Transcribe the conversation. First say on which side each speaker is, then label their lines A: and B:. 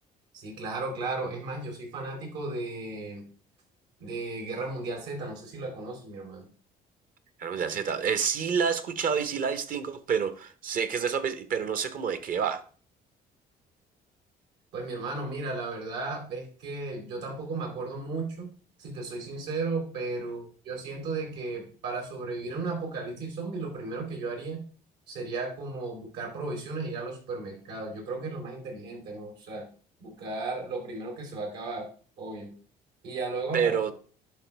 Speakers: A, on the right (about 85°); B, on the right (about 55°).
A: Sí, claro, claro. Es más, yo soy fanático de, de Guerra Mundial Z, no sé si la conoces, mi hermano.
B: Cannabis de ansiedad. Eh, sí la he escuchado y sí la distingo, pero sé que es de zombies, y- pero no sé cómo de qué va.
A: Pues mi hermano, mira, la verdad es que yo tampoco me acuerdo mucho, si te soy sincero, pero yo siento de que para sobrevivir a un apocalipsis zombie, lo primero que yo haría sería como buscar provisiones y ir a los supermercados. Yo creo que es lo más inteligente, ¿no? O sea, buscar lo primero que se va a acabar, obvio. Y ya luego, aparte,
B: Pero